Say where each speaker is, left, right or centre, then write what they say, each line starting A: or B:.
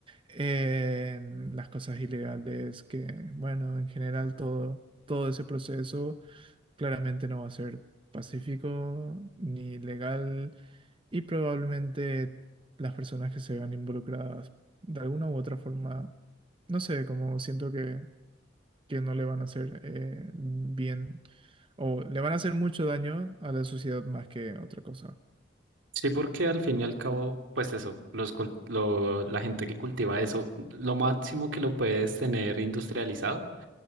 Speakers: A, on the right; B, on the right.
A: en las cosas ilegales, que bueno, en general todo, todo ese proceso claramente no va a ser pacífico ni legal y probablemente las personas que se vean involucradas de alguna u otra forma, no sé, como siento que que no le van a hacer eh, bien o le van a hacer mucho daño a la sociedad más que otra cosa.
B: Sí, porque al fin y al cabo, pues eso, los cul- lo- la gente que cultiva eso, lo máximo que lo puedes tener industrializado,